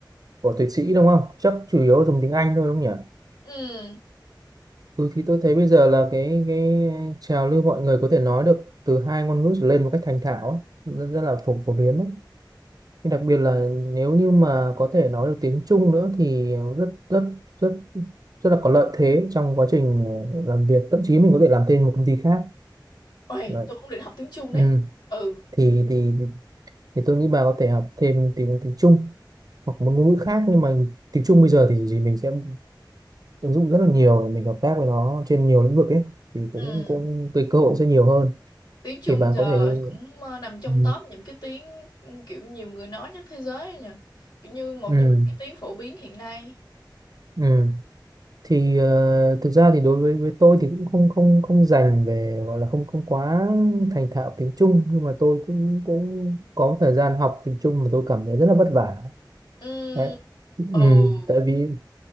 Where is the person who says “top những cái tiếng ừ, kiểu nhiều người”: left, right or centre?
Left